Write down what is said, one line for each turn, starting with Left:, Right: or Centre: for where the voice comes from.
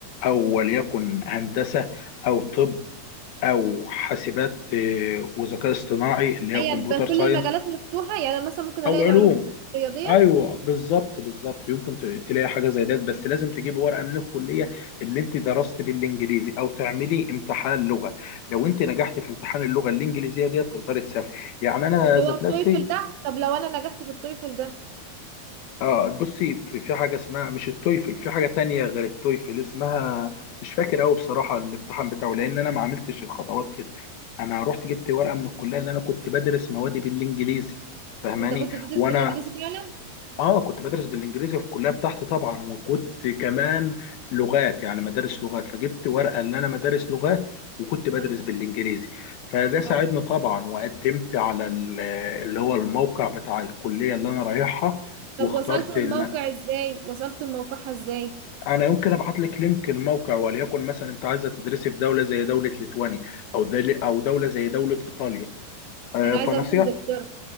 Left: او وليكن هندسه او طب او حاسبات آه، وذكاء اصطناعي اللي هي
Right: هي
Left: كمبيوتر
Right: الب-
Left: ساينس
Right: كل المجالات مفتوحه يعني مثلا ممكن
Left: او
Right: الاقي
Left: علوم
Right: العلوم الرياضيه
Left: ايوه بالظبط بالظبط يمكن ت- تلاقي حاجه زي ده بس لازم تجيب ورقه من الكليه اللي انت درست بالانجليزي او تعملي امتحان لغه لو انت نجحت في امتحان اللغه الانجليزيه ديت تقدري تسافري يعني انا
Right: اللي
Left: ذات
Right: هو التويفل
Left: نفسي
Right: ده طب لو انا نجحت في التويفل ده
Left: اه بصي في, في حاجه اسمها مش التويفل في حاجه تانية غير التويفل اسمها مش فاكر قوي بصراحه الامتحان بتاعه لان انا ما عملتش الخطوات كده انا رحت جبت ورقه من الكليه اللي انا كنت بدرس موادي بالانجليزي فاهماني
Right: انت كنت بتدرس
Left: وانا
Right: بالانجليزي فعلا
Left: اه كنت بدرس بالانجليزي في الكليه بتاعتي طبعا وكنت كمان لغات يعني مدارس لغات فجبت ورقه ان انا مدارس لغات وكنت بدرس
Right: اه
Left: بالانجليزي فده ساعدني
Right: اه
Left: طبعا وقدمت على ال- اللي هو الموقع بتاع الكليه اللي انا رايحها واخترت
Right: طب وصلت للموقع
Left: ال-
Right: ازاي وصلت لموقعها ازاي
Left: انا يمكن ابعت لك لينك الموقع وليكن مثلا انت عايزه تدرسي في دوله زي دوله ليتوانيا او دل- او دوله زي دوله ايطاليا آه،
Right: انا
Left: فنصيحه
Right: عايزه اروح انجلترا